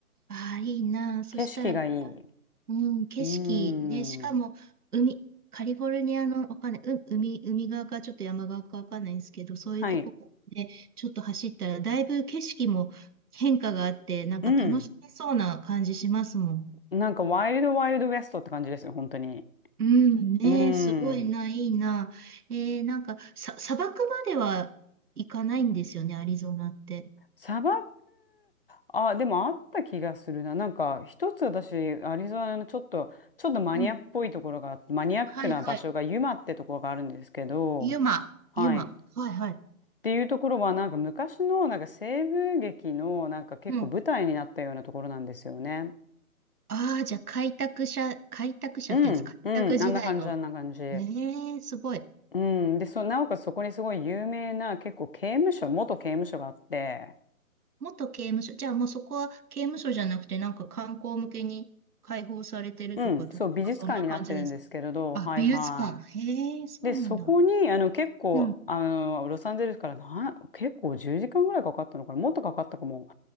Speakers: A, on the right (about 75°); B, on the left (about 40°).
A: ああ、いいなあ。そしたらなんか、
B: 景色がいい。
A: うん、景色、
B: うーん。
A: ね、しかも、海、カリフォルニアの、わかんない、う、海、海側かちょっと山側かわかんないんですけど、そういうとこね、
B: はい。
A: ちょっと走ったら、だいぶ景色も変化があって、なんか楽しめそうな感じしますもん。
B: うん。なんかワイルドワイルドウエストって感じですよ、本当に。
A: うんね、
B: うー
A: すごいな、
B: ん。
A: いいな。えー、なんか、さ、砂漠までは行かないんですよね、アリゾナって。
B: 砂漠、あ、でもあった気がするな。なんか一つ私、アリゾナのちょっと、ちょっとマニアっぽいところがあって、
A: うん。
B: マニアックな場所がユマってところがあるんですけど、
A: はいはい。ユマ、
B: はい。
A: ユマ。
B: っ
A: はいはい。
B: ていうところはなんか昔のなんか西部劇のなんか結構舞台になったようなところなんですよね。
A: うん。ああ、じゃあ開拓者、開拓者っていうんですか、
B: うん、うん、
A: 開拓時代の。
B: あんな感じ、あんな感じ。
A: ええすごい。
B: うん、で、そう、なおかつそこにすごい有名な結構刑務所、元刑務所があって、
A: 元刑務所。じゃあもうそこは刑務所じゃなくて、なんか観光向けに開放されてるとか、
B: うん、
A: 例えばそんな感じですか。
B: そう、美術館になってるんですけれど、
A: あ、
B: はいは
A: 美術館。へえ、そうなんだ。
B: い。で、そこに、あの、結構、
A: うん。
B: あの、ロサンゼルスからな、結構10時間ぐらいかかったのかな、もっとかかったかも。